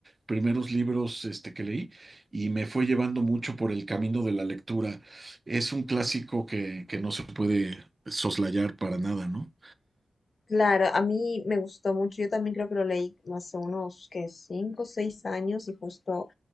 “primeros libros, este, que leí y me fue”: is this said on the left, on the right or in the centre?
Right